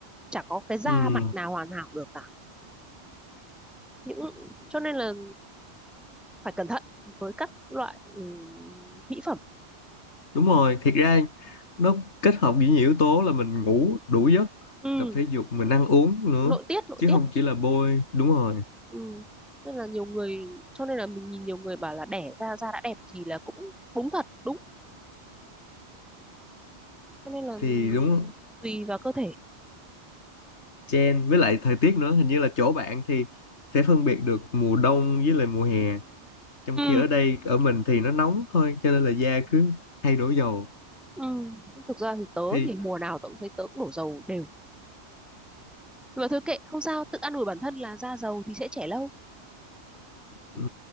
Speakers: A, in the centre; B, on the left.
A: chả có cái da
B: Ừ,
A: mặt nào hoàn hảo được cả những cho nên là phải cẩn thận với các loại ừ, mỹ phẩm
B: đúng rồi thiệt ra nó kết hợp với nhiều yếu tố là mình ngủ đủ giấc
A: ừ,
B: tập thể dục mình ăn uống nữa
A: nội tiết nội
B: chứ
A: tiết
B: không chỉ là bôi đúng rồi
A: ừ. nên là nhiều người cho nên là mình nhìn nhiều người bảo là đẻ ra da đã đẹp thì là cũng đúng thật đúng cho nên là
B: thì đúng
A: tùy vào cơ thể
B: trend với lại thời tiết nữa hình như là chỗ bạn thì sẽ phân biệt được mùa đông với lại mùa hè trong
A: ừ,
B: khi ở đây ở mình thì nó nóng thôi cho nên là da cứ hay đổ dầu
A: ừ. thực ra thì tớ
B: thì
A: thì mùa nào tớ cũng thấy tớ cũng đổ dầu đều nhưng mà thôi kệ không sao tự an ủi bản thân là da dầu thì sẽ trẻ lâu
B: Ừ,